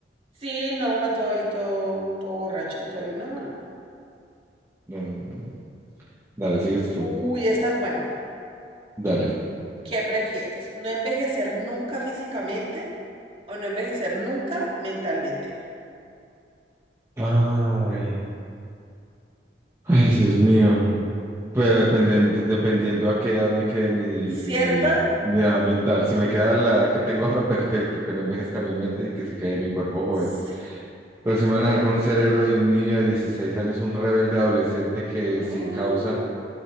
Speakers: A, on the right; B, on the right.
A: Sí, no, uno todo y todo, todo borracho, todo el. No, no.
B: No, no, no. no. Dale, sigues tú.
A: Uy, esta es buena.
B: Dale.
A: ¿Qué prefieres? ¿No envejecer nunca físicamente o no envejecer nunca mentalmente?
B: Ay, ay, Dios mío. Pero dependiendo, dependiendo a qué edad me quede mi,
A: ¿Cierto?
B: mi, mi edad mental. Si me queda la edad que tengo ahora, perfecto, que no envejezca mi mente y que se quede mi cuerpo joven.
A: Sí.
B: Pero si me van a dejar con un cerebro de un niño de 16 años, un rebelde adolescente que
A: Uh,
B: sin causa